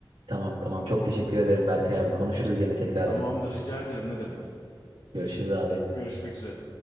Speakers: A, on the right; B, on the left.
A: Tamam tamam. Çok teşekkür ederim Berkay abi. Konuşuruz gene tekrardan.
B: Tamamdır rica ederim ne demek.
A: Görüşürüz abi.
B: Görüşmek üzere.